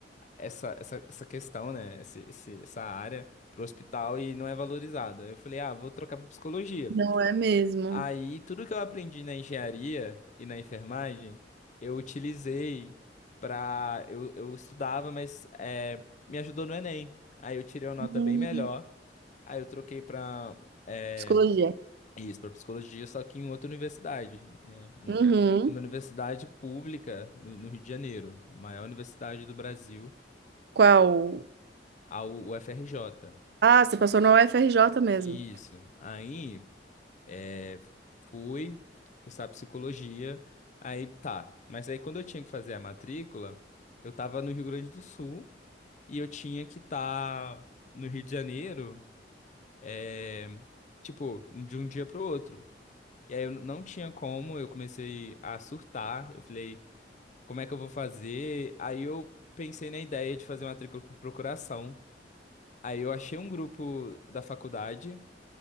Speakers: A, on the left; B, on the right.
A: essa, essa, essa questão, né? Esse, esse- essa área para o hospital e não é valorizada. Aí Eu falei, ah, vou trocar para psicologia.
B: Não é mesmo.
A: Aí, tudo que eu aprendi na engenharia e na enfermagem, eu utilizei pra. Eu, eu estudava, mas é, me ajudou no Enem. Aí eu tirei uma nota
B: Hum,
A: bem melhor. Aí eu troquei pra é,
B: psicologia.
A: isso, pra psicologia, só que em outra universidade. né? Um-
B: Uhum.
A: Uma universidade pública no, no Rio de Janeiro, a maior universidade do Brasil,
B: Qual?
A: a U- UFRJ.
B: Ah, você passou na UFRJ mesmo.
A: Isso. Aí. É, fui cursar psicologia. Aí tá. Mas aí quando eu tinha que fazer a matrícula, eu tava no Rio Grande do Sul e eu tinha que estar no Rio de Janeiro, é, tipo, de um dia pro outro. E aí eu não tinha como, eu comecei a surtar. Eu falei, como é que eu vou fazer? Aí eu pensei na ideia de fazer matrícula por procuração. Aí eu achei um grupo da faculdade